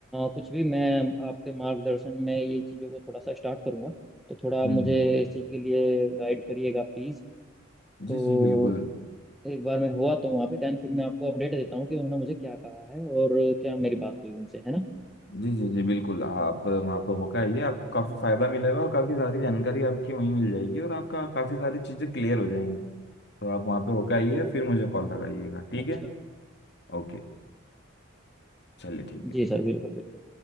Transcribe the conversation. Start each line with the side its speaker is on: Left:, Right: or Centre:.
Centre: कुछ भी मैं आपके मार्गदर्शन में ये चीज़ों को थोड़ा सा स्टार्ट करूँगा तो थोड़ा
Left: हम्म
Centre: आप मुझे इस चीज़ के लिए गाइड करिएगा प्लीज़ तो
Left: जी जी बिल्कुल
Centre: एक बार मैं हुआ तो वहाँ पे देन फिर मैं आपको अपडेट देता हूँ कि उन्होंने मुझे क्या कहा है और क्या मेरी बात हुई उनसे है ना
Left: जी जी जी बिल्कुल आप वहाँ पर होकर आइए आपको काफ़ी फायदा मिलेगा और काफ़ी सारी जानकारी आपकी वहीं मिल जाएगी और आपका काफ़ी सारी चीज़ें क्लियर हो जाएंगी तो आप वहाँ पे होकर आइए फिर मुझे कॉल लगाइएगा ठीक
Centre: अच्छा
Left: है ओके चलिए ठीक है
Centre: जी सर बिल्कुल बिल्कुल